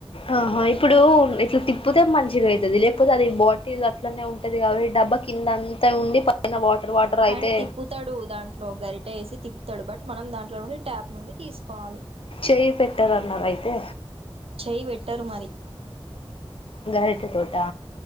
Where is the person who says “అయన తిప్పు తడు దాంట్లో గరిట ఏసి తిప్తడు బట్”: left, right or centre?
Right